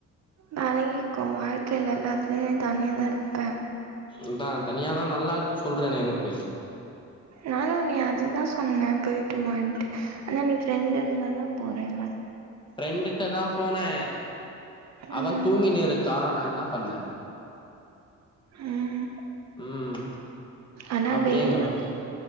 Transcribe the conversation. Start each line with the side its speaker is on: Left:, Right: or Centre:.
Right: பழகிக்கோ வாழ்க்கையில எல்லாத்துலையுமே தனியா தா இருப்பே
Left: அதா தனியாதா நல்லா இருக்கு சொல்றனே எனக்கு
Right: நானும் நீ அதுதா சொன்னே போயிட்டு வான்ட்டு ஆனா நீ ஃப்ரெண்டுன்னு தான போறேன்ன
Left: ஃப்ரெண்டுட்ட தா போனே அவன்
Right: ம்
Left: தூங்கினு இருக்கா நா என்ன பண்ண
Right: உம்
Left: ம்
Right: ஆனா
Left: அப்படியே
Right: வெய்
Left: இங்க வந்துட்டேன்